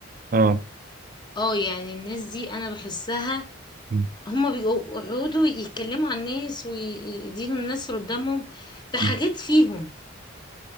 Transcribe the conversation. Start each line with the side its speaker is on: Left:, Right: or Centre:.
Right: آه
Left: اه يعني الناس دي أنا بحسها
Right: م.
Left: هما بيقعدوا يتكلموا عن الناس ويدينوا الناس اللي قدامهم في حاجات
Right: م.
Left: فيهم